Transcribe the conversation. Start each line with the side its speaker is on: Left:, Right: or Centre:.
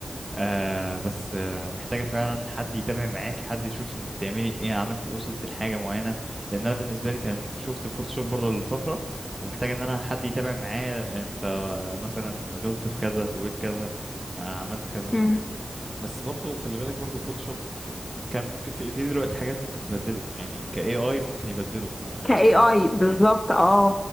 Right: آه بس آه محتاجة فعلا حد يتابع معاك حد يشوف انت بتعملي ايه عملت ايه وصلت لحاجة معينة لان انا بالنسبة لي كان شفت الفوتوشوب برضه لفترة ومحتاج ان انا حد يتابع معايا انت آه، مثلا غلطت في كذا سويت كذا آه عملت كذا
Left: امم
Right: بس برضه خلي بالك برضه الفوتوشوب كان ممكن في, في دلوقتي حاجات ممكن تبدله يعني ك AI ممكن يبدله آه، يعني
Left: كاي اي بالظبط اه